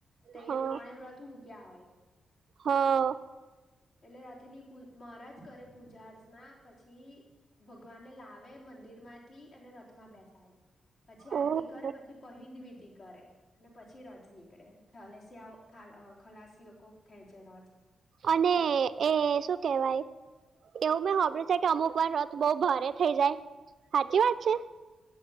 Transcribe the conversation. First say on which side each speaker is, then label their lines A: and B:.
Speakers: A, on the left; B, on the right.
A: તહીંયે
B: હા
A: ત્રણે વ્રત ટુમુકિયા હોય.
B: હા.
A: એટલે રથની પુ મહારાજ કરે પૂજા અર્ચના પછી ભગવાનને લાવે મંદિર માં થી અને રથમાં બેસાડે પછી આરતી
B: ઓહો
A: કરે પછી પહંદ વિધ કરે અને પછી રથ થી નીકળે ખલેસીયા ઓ ખાલા અહ ખલાસી લોકો ખેંચે રત.
B: અને એ શું કેવાય? એવું મેં હામબીડીર્યું છે કે અમુક વાર રથ બઉુ ભારે થઇ જાય, હાચી વાત છે?